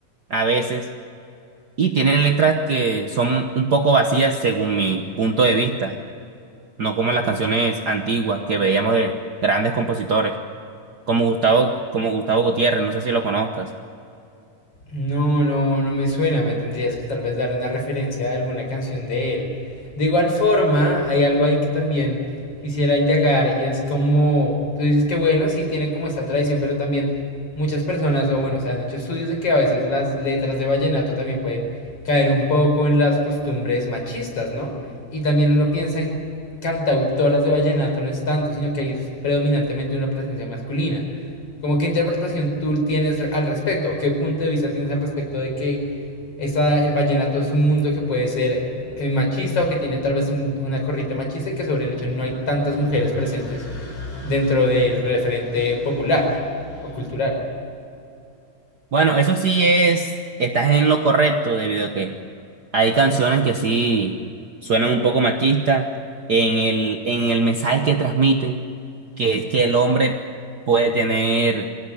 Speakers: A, on the right (about 85°); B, on the left (about 45°).
A: a veces y tienen letras que son un poco vacías según mi punto de vista, no como las canciones antiguas que veíamos de grandes compositores, como Gustavo, como Gustavo Gutiérrez, no sé si lo conozcas.
B: No, no, no me suena. Me tendrías que tal vez dar una referencia a alguna canción de él. De igual forma, hay algo ahí que también quisiera indagar y es como, tú dices que bueno, sí tiene como esta tradición, pero también muchas personas, o bueno, se han hecho estudios de que a veces las letras de vallenato también pueden caer un poco en las costumbres machistas, ¿no? Y también uno piensa en cantautoras de vallenato, no es tanto, sino que ahí es predominantemente una presencia masculina. Como qué interpretación tú tienes al respecto, o qué punto de vista tienes al respecto de que esa, el vallenato es un mundo que puede ser eh, machista o que tiene tal vez un- una corriente machista y que sobre el hecho no hay tantas mujeres presentes dentro del referente popular o cultural.
A: Bueno, eso sí es, estás en lo correcto debido a que hay canciones que sí suenan un poco machistas en el, en el mensaje que transmiten, que es que el hombre puede tener